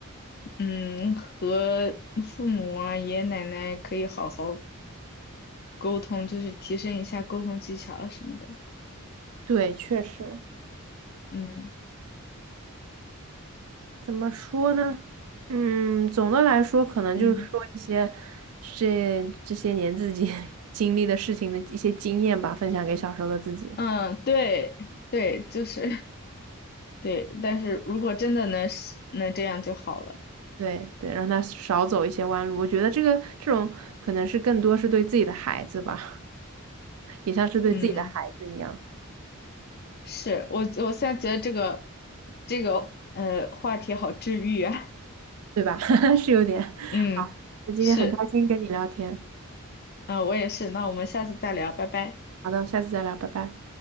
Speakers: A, on the left (about 50°); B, on the right (about 75°).
A: 嗯，和父母啊、爷爷奶奶可以好好沟通，就是提升一下沟通技巧啊什么的。
B: 对，确实，
A: 嗯
B: 怎么说呢？嗯，总的来说，可能就是说一些这这些年自己
A: 嗯
B: <laughs> 经历的事情的一些经验吧，分享给小时候的自己。
A: 嗯，对对，就是 <laughs> 对，但是如果真的能是能这样就好了。
B: 对对，让他少走一些弯路。我觉得这个这种可能是更多是对自己的孩子吧。也像是对自己的孩子一样，
A: 嗯，是我我现在觉得这个这个呃话题好治愈啊。
B: 对吧？<laughs> 是有点 <laughs>。
A: <laughs> 嗯，
B: 好，那今天很开心跟你聊天，
A: 是，嗯，我也是。那我们下次再聊，拜拜。
B: 好的，下次再聊，拜拜。